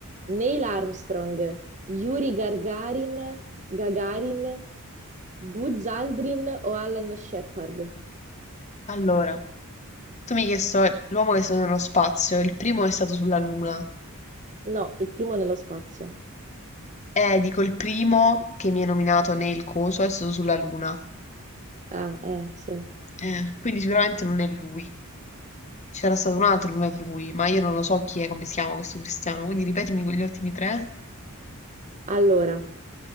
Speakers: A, on the right (about 35°); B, on the left (about 30°).
A: Neil Armstrong, Yuri Gagarin, Gagarin, Buzz Aldrin o Alan Shepard?
B: Allora, tu mi hai chiesto l'uomo che è stato nello spazio, il primo è stato sulla Luna.
A: No, il primo nello spazio.
B: Eh, dico il primo che mi hai nominato nel coso è stato sulla Luna.
A: Ah, eh, sì.
B: Eh, quindi sicuramente non è lui. C'era stato un altro prima di lui, ma io non lo so chi è, come si chiama questo cristiano, quindi ripetimi quegli ultimi tre.
A: Allora,